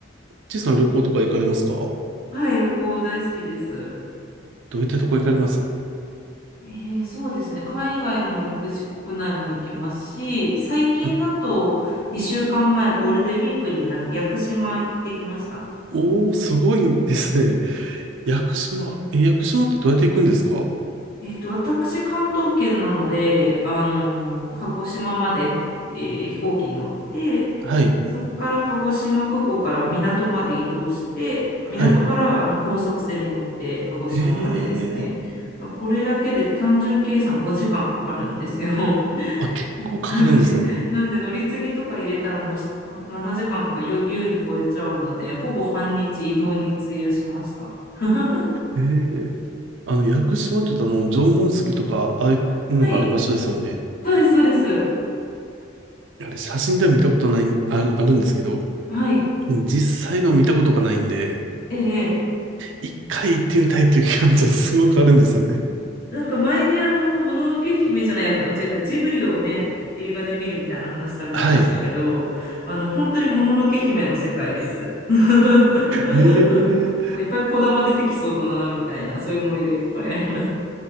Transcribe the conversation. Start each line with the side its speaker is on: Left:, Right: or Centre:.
Right: ちいさん旅行とか行かれますか
Left: はい、旅行大好きです。
Right: どういったとこ行かれます
Left: えー、そうですね。海外も行くし、国内も行きますし、最近だと2週間前、
Right: はい
Left: ゴールデンウィークにあの屋久島行ってきました。
Right: おー、すごいですね。屋久島。え、屋久島ってどうやって行くんですか
Left: えっと、私、関東圏なので、あのー鹿児島まで、えー飛行機に乗って、
Right: はい。
Left: で、そこから鹿児島空港から港まで移動して、
Right: はい。
Left: 港からあの高速船に乗って鹿児島までですね。
Right: へえ。
Left: これだけで単純計算5時間かかるんですよ。<laughs>
Right: あ、結構かかるんですね。
Left: なんで乗り継ぎとか入れたらもうし7時間とか優優に超えちゃうので、ほぼ半日移動に費やしました。<laughs>
Right: へえ。あの、屋久島って言うとあの、縄文杉とか、ああいうのがある場所ですよね。
Left: はい、そうです、そうです。
Right: あれ、写真では見たことない、ある、あるんですけど、
Left: はい、
Right: 実際の見たことがないんで、
Left: ええ。
Right: 一回行ってみたいっていう気持ちはすごくあるんですよね。
Left: なんか前にあの、もののけ姫じゃない、やっぱ間違えた、ジブリをね、映画で見るみたいな話されてましたけど、
Right: はい。
Left: あの、本当にもののけ姫の世界です。<laughs>
Right: <laughs> ええ
Left: いっぱい子玉出てきそうだな、みたいな、そういう森がいっぱいあります。